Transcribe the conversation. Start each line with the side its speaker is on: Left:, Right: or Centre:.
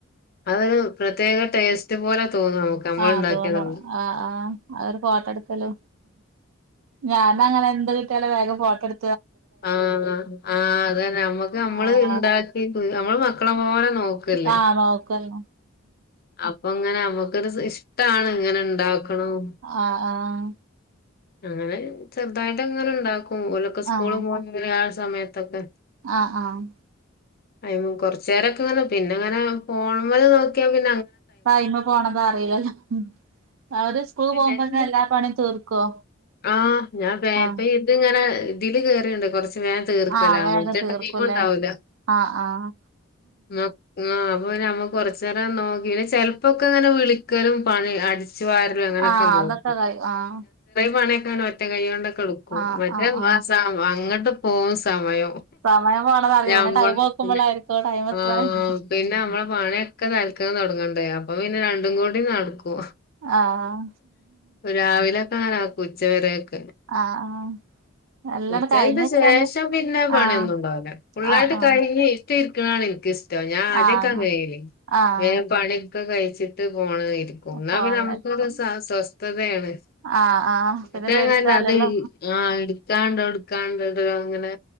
Left: അവൊരു പ്രത്യേക ടേസ്റ്റ് പോലെ തോന്നും നമുക്ക് നമ്മൾ
Right: ആ
Left: ഉണ്ടാക്കിയതാവും
Right: തോന്നുണു ആ ആ അവര് ഫോട്ടെട് ത്തല്ലോ ഞാനങ്ങനെ എന്ത്‌ കിട്ടിയാലും വേഗം ഫോട്ടെട്
Left: ആഹ് ആ അതന്നെ നമ്മുക്ക് നമ്മള്
Right: ആഹ്
Left: ഇണ്ടാക്കി നമ്മള് മക്കളെപോലെ നോക്കല്ലേ
Right: ആഹ് നോക്കന്ന്
Left: അപ്പൊങ്ങനെ നമ്മുക്കൊരു ഇഷ്ടാണ് എങ്ങനെ ഇണ്ടാക്കണം
Right: ആഹ് ആഹ്
Left: അങ്ങനെ ചെറുതായിട്ട് അങ്ങനെണ്ടാക്കും ഓലൊക്കെ സ്കൂള്
Right: ആഹ്
Left: പോയിവര്യാ സമയത്തൊക്കെ
Right: ആഹ് ആഹ്
Left: അയ്മ കൊറച്ചേരൊക്കെ അങ്ങനെ പിന്നെ അങ്ങനെ ഫോണ്മ്മേലെ നോക്കിയാ പിന്ന
Right: പൈമേ പോണതറീലല്ലോ അവര് സ്കൂൾ പോവുമ്പന്നെ
Left: ആഹ്
Right: എല്ലാ പണിം തീർക്കോ
Left: ആഹ് ഞാൻ പേപ്പ
Right: ആഹ്
Left: ഇത്ങ്ങനെ തില് കേറ്ണ്ട് കൊർച്ച് വേ തീർക്കല
Right: ആഹ് വേഗം
Left: മറ്റേ
Right: തീർക്കുംല്ലേ
Left: ഒഴിവ് ണ്ടാവൂല ഹ്
Right: ആഹ് ആഹ്
Left: മ മാ പ്പോ ഞമ്മക്കൊറച്ചേരം നോക്കി യ്ന് ചെൽപ്പോക്കെ ങ്ങനെ വിളിക്കലും പണി അടിച് ച്ച് വാരലും അങ്ങനൊക്കെ
Right: ആഹ്
Left: നോക്കും.
Right: അതൊക്കെ കഴിയും ആഹ്
Left: പണ്യോക്കെ ങ്ങനെ ഒറ്റ കൈയ്യോണ്ടൊക്കെ എടുക്കും.
Right: ആഹ്
Left: മറ്റേ
Right: ആഹ് ആഹ്
Left: ആ സ അങ്ങട്ട് പോകുന്ന സമയം
Right: സമയം പോണത് അറിയില്ല
Left: ഞമ്മൾ
Right: പിന്നെ ടൈം നോക്കുമ്പോളായിരിക്കും
Left: പിന്നെ
Right: ടൈം എത്രായി
Left: ആഹ് പിന്നമ്മളെ പണിയൊക്കെ തൽ ക്കന്നൊട്ങ്ങണ്ടേ അപ്പൊ പിന്നെ രണ്ടും കൂടി നടക്കും
Right: ആഹ്
Left: രാവില നാക്കുച്ചവരെക്ക
Right: ആഹ് എല്ലാണ്ട്
Left: ഉച്ചന്റെ
Right: കഴിഞ്ഞ് വെച്ചാണ്ട്
Left: ശേഷം പിന്നെ പണ്യോന്നുണ്ടാവൂല
Right: ആഹ്
Left: ഫുള്ളായിട്ട്
Right: ആഹ്
Left: കയിഞ്ഞ് ട്ടിര്ക്ക്ണാണിൻക്കിഷ്ടം ഞാൻ ആദ്യൊക്കങ്ങനേനി
Right: ആഹ് ആഹ് ആഹ്
Left: വേം പണ്യോക്കെ കൈച്ചിട്ട് ഫോണ് ഇര്ക്കും എന്നാ
Right: ഫോണിലായിരിക്കും
Left: പിന്നെ നമുക്കൊരു സ സ്വസ്ഥതയാണ്.
Right: ആഹ് ആഹ് പിന്നെ
Left: ഇപ്പേങ്ങല്ലത്
Right: പേടിക്കാല്ലല്ലോ
Left: ആ ഇട്ക്കാണ്ടോ ഇട്ക്കാണ്ടല്ലോ അങ്ങനെ